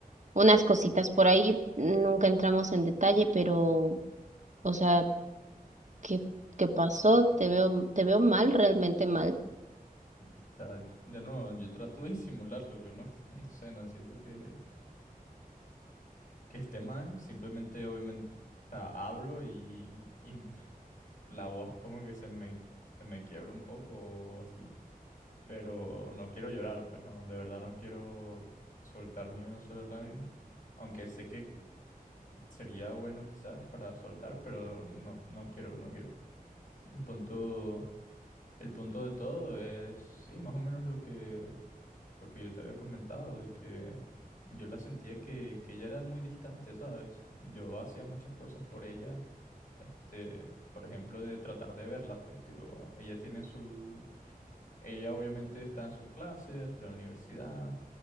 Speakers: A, on the right (about 50°); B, on the left (about 60°).
A: unas cositas por ahí. Nunca entramos en detalle, pero, o sea, ¿qué, qué pasó? Te veo, te veo mal, realmente mal.
B: O sea, de nuevo, yo trato de disimularlo, yo no, <laughs> no sé, no siento que, que esté mal, simplemente obviamente, o sea, hablo y, y <laughs> la voz como que se me, se me quiebra un poco o así, pero no quiero llorar, pues no, de verdad no quiero soltar ni una sola lágrima, aunque sé que sería bueno quizás para soltar, pero no, no quiero, no quiero. El punto, el punto de todo es, sí, más o menos lo que lo que yo te había comentado, de que yo la sentía que, que ella era muy distante, ¿sabes? Yo hacía muchas cosas por ella, este, por ejemplo, de tratar de verla, pues, tipo, ella tiene su... Ella obviamente está en sus clases, de la universidad,